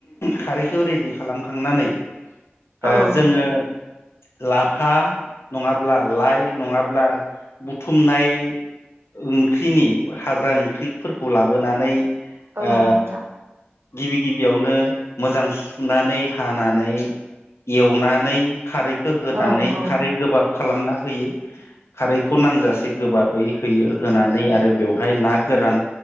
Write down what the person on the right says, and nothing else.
औ
नोंथां
औ
नोंथां
औ औ